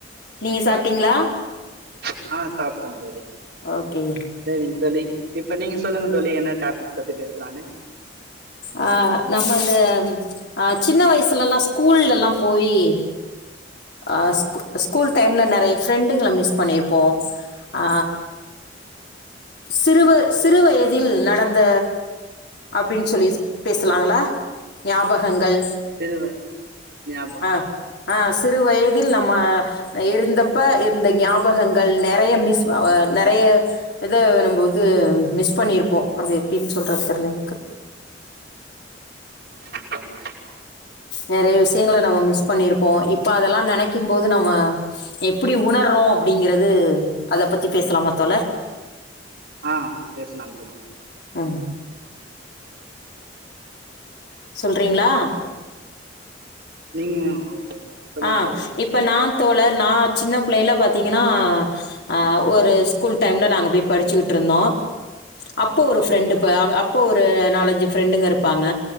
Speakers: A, on the left; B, on the right.
A: நீங்க சாப்டீங்ளா?
B: <inaudible> ஆ சாப்ட தோழி
A: ஓகே
B: சேரிங் தோழி இப்ப நீங்க சொல்லுங்க தோழி என்ன டாபிக் பத்தி பேசலானு
A: அ நம்ம இந்த அ சின்ன வயசுலல்லா ஸ்கூல்லல்லா போயி அ ஸ்கு ஸ்கூல் டைம்ல நெறைய ஃப்ரெண்டுங்கள மிஸ் பண்ணிருப்போ ஆ
B: கண்டிப்பா தோழி.
A: சிறுவ சிறுவயதில் நடந்த அப்டின் சொல்லி பேசலாங்களா ஞாபகங்கள்
B: சிறுவ ஞாபகங்கள்
A: ஆ ஆ சிறு வயதில் நம்ம இருந்தப்ப இருந்த ஞாபகங்கள் நெறைய மிஸ் அ நெறைய இத நம்ம வ ந்து மிஸ் பண்ணிருப்போ அது எப்டின் சொல்றன் தெர்ல எனக்கு
B: ஆமா தோழி
A: நெறைய விஷ்யங்கள நம்ம மிஸ் பண்ணிருப்போ இப்ப அதெல்லா நெனைக்கும் போது நம்ம எப்பிடி உணர்றோ அப்புடிங்கிறது அத பத்தி பேசலாமா தோழர்
B: ஆஹ் பேசலாம் தோழி
A: ஆம் சொல்றீங்களா
B: நீங்க ஒரு சொல்லுங்க
A: ஆஹ்
B: தோழி
A: இப்ப
B: சொல்றேன்
A: நான் தோழர் நான் சின்ன பிள்ளை ல பாத்தீங்கனா அ ஒரு ஸ்கூல் டைம்ல நாங்க போய் படிச்சிட்டு இருந்தோம் அப்போ ஓரு ஃப்ரெண்டு ப அப்ப ஒரு நாலன்ஜு ஃப்ரெண்டுங்க இருப்பாங்க